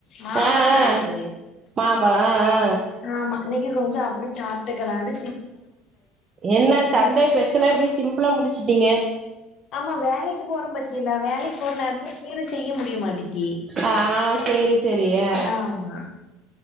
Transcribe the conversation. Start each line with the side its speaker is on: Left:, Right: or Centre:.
Left: மாம்பழ
Right: ஆ ஆ
Left: கடக்குது
Right: மாம்பழோ ஆ ஆ
Left: ஆமா இன்னைக்கு கொஞ்ச அப்டி சாப்ட்டுக்கலாண்டு
Right: என்ன சண்டே பெஷல இப்டி சிம்பிளா முடிச்சுட்டீங்க
Left: ஆமா வேலைக்கு போறோ பாத்தீளா வேலைக்கு போற நேரத்துல கீர செய்ய முடியமாட்டக்கி
Right: ஆ சேரி சேரி ஆ
Left: ஆமா